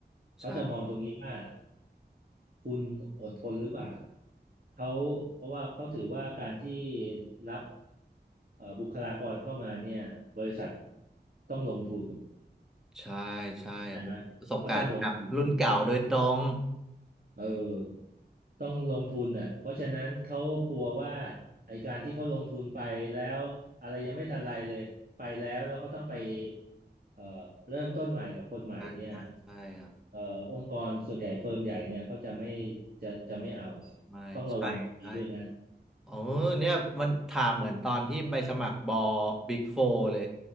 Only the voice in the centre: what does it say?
ใช่
ใช่ใช่โอ้โหประสบการณ์กับรุ่นเก่าโดยตรง
ใช่ใช่ใช่ครับ
ไม่ใช่ใช่
โอ้เนี่ยมันถามเหมือนตอนที่ไปสมัครบอบิ๊กโฟเลย